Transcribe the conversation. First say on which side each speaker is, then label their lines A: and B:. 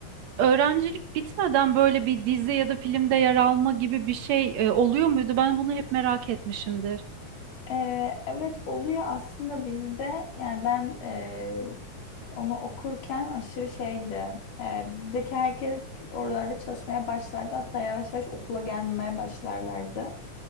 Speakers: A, on the right; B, on the left.
A: öğrencilik bitmeden böyle bir dizi ya da filmde yer alma gibi bir şey e, oluyor muydu? Ben bunu hep merak etmişimdir.
B: Ee, evet oluyor aslında bizde yani ben e, onu okurken aşırı şeydi. Ee, bizdeki herkes oralarda çalışmaya başlardı hatta yavaş yavaş okula gelmemeye başlarlardı.